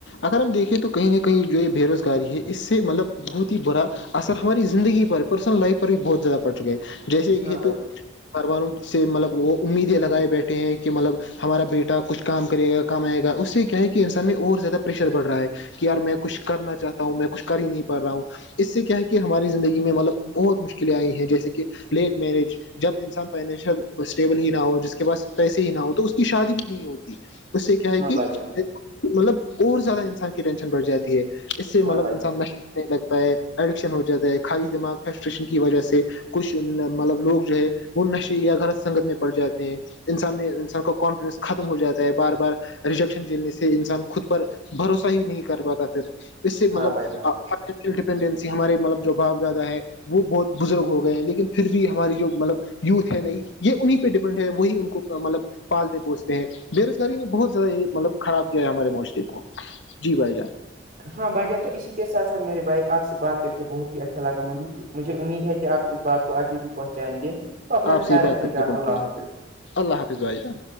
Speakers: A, on the left; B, on the right.
A: اگر ہم دیکھیں تو کہیں نہ کہیں جو یہ بے روزگاری ہے اس سے مطلب بہت ہی برا اثر ہماری زندگی پر پرسنل لائف پر بھی بہت زیادہ پڑ چکا ہے جیسے یہ
B: ہاں بھائی
A: تو
B: جان
A: گھرواروں سے مطلب وہ امیدیں لگائے بیٹھے ہیں کہ مطلب ہمارا بیٹا کچھ کام کرے گا کام آئے گا اس سے کیا ہے کہ انسان میں اور زیادہ پریشر بڑ رہا ہے کہیار میں کچھ کرنا چاہتا ہوں میں کچھ کر ہی نہیں پا رہا ہوں اس سے کیا ہے کہ ہماری زندگی میں مطلب بہت مشکلیں آئی ہیں جیسے کہ لیٹ میرج جب انسان فائنشیل اسٹیبل ہی نہ ہو جس کے پاس پیسے ہی نہ ہو تو اس کی شادی بھی نہیں ہوتی اس سے کیا ہے
B: ہاں
A: کہ
B: بھائی جان
A: مطلب اور زیادہ انسان کی ٹینشن بڑھ جاتی ہے اس سے
B: ہاں
A: مطلب
B: بھائی
A: انسان
B: جان
A: نشنے لگتا ہے ایڈکشن ہو جاتا ہے خالی دماغ فرسٹریشن کی وجہ سے کچھ مطلب لوگ جو ہے وہ نشے یا غلط سنگت میں پڑ جاتے ہیں انسان میں انسان کا کانفیڈنس ختم ہو جاتا ہے بار بار ریجیکشن جیلنے سے انسان خود پر بھروسہ ہی نہیں کر پاتا پھر اس سے
B: ہاں
A: مطلب
B: بھائی جان
A: انڈیپینڈنسی ہمارے مطلب جو باپ زیادہ ہے وہ بہت بزرگ ہو گئے ہیں لیکن پھر بھی ہماری جو مطلب یوتھ ہے نہیں یہ انہیں پہ ڈیپینڈ ہے وہی ان کو مطلب پالتے پوچتے ہیں بے روزگاری نے بہت زیادہ یہ مطلب خراب کیا ہے ہمارے معاشرے کو جی بھائی جان
B: ہاں بھائی جان تو اسی کے ساتھاتھ میرے بھائی آپ سے بات کر کے بہت ہی اچھا لگا مجھ مجھے امید ہے کہ آپ اس بات کو آگے بھی پہنچ جائیں گے تو اپنا
A: آپ
B: خیال
A: سے یہ
B: رھیے
A: بات کر
B: گا
A: کے بہت
B: اللہ حافظ
A: اللہ حافظ بائی جان